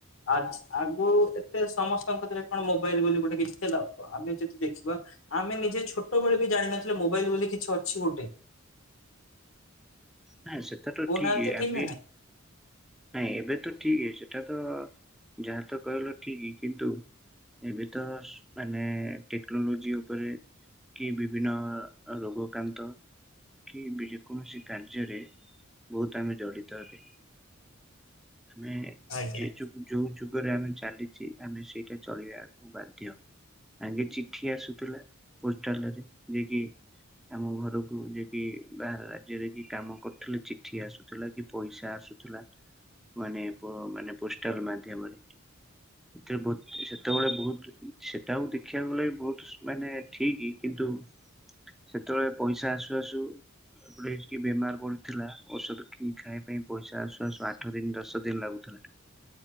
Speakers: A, on the left; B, in the centre.
A: ଆ ଆଗୁ ଏତେ ସମସ୍ତଙ୍କରେ, କଣ ମୋବାଇଲ ବୋଲି ଗୋଟେ କିଛି ଥିଲା ଆମେ ଯଦି ଦେଖିବା ଆମେ ନିଜେ ଛୋଟବେଳେ ବି ଜାଣିିନଥିଲେ ମୋବାଇଲ ବୋଲି କିଛି ଅଛି ଗୋଟେ
B: ନାଇଁ ସେତ ତ
A: କହୁନାହାନ୍ତି
B: ଠିକ ଆମ
A: ନା ନାଇଁ?
B: ନାଇଁ ଏବେ ତ ଠିକ ସେଟା ତ ଯାହା ତ କହିଲ ଠିକ କିନ୍ତୁ ଏବେ ତ ମାନେ ଟେକ୍ନୋଲୋଜି ଉପରେ କି ବିଭିନ୍ନ ରୋଗ କାନ୍ତ କି ଯେକୌଣସି କା ରେ ବହୁତ ଆମେ ଜଡ଼ିତ ହେବେ ଆମେ
A: ଆଜ୍ଞା।
B: ଯେ ଚ ଯଉଛୁ ଦରେ ଆମେ ଚାଲିଛି ଆମେ ସେଇଟା ଚଳିବାକୁ ବାଧ୍ୟ ଆଗେ ଚିଠି ଆସୁଥିଲା ପୋଲରେ ଯଏ କି ଆମ ଘରକୁ ଯକି ବାହାର ରାଜ୍ୟରେ କି କାମ କରୁଥିଲେ, ଚିଠି ଆସୁଥିଲା କି ପଇସା ଆସୁଥିଲା ମାନେ ମାନେ ପୋଷ୍ଟଲ ମାଧ୍ୟମରେ ସେ ବହୁତ ସେତେବେଳେ ବହୁତ ସେଟାକୁ ଦେଖିବାକୁଲେ, ବି ବହୁତ ମାନେ ଠିକ କି ନ୍ତୁ ସେତେବେଳେ ପଇସା ଆସୁ ଆସୁ ଗୋଟେ ବେମାର ପଡିଥିଲା ଔଷଧ କିଣି ଖାଇବା ପାଇଁ, ପଇସା ଆସୁ ଆସୁ ଆଠ ଦିନ ଦଶ ଦିନ ଲାଗୁଥିଲା ହ